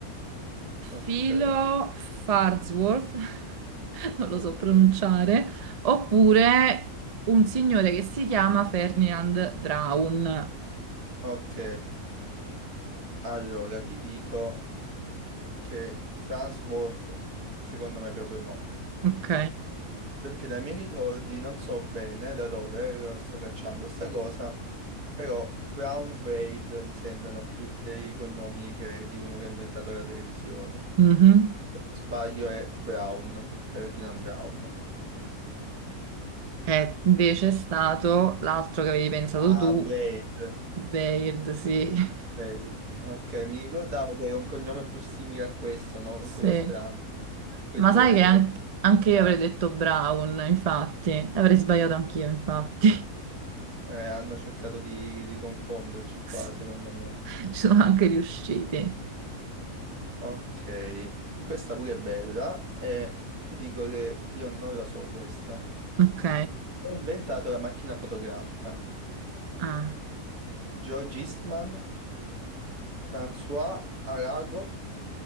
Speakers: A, on the right; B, on the right.
A: Ok,
B: Philo Farnsworth, <laughs> non
A: ok.
B: lo so pronunciare, oppure un signore che si chiama Ferdinand Braun.
A: Ok, allora ti dico che Farnsworth secondo me proprio no.
B: Ok.
A: Perché dai miei ricordi non so bene da dove eh, sto cacciando sta cosa, però Brown Braid mi sembrano più dei cognomi che- di uno che ha inventato la televisione.
B: Mhm.
A: Sbaglio è Brown, Ferdinand Brown.
B: è invece stato l'altro che avevi pensato
A: Ah,
B: tu,
A: Braid.
B: Baird, sì. <laughs>
A: Wade. Ok, mi ricordavo che era un cognome più simile a questo, non
B: Sì.
A: quello strano. Quei
B: Ma
A: due,
B: sai che
A: quegli
B: an- anche
A: africani.
B: io avrei detto Brown, infatti. Avrei sbagliato anch'io, infatti.
A: Eh, hanno cercato di, di confonderci qua,
B: <laughs>
A: secondo me.
B: Ci sono anche riusciti.
A: Ok, questa pure è bella e ti dico che io non la so questa.
B: Ok.
A: Chi Ha inventato la macchina fotografica.
B: Ah,
A: George Eastman, François Arago,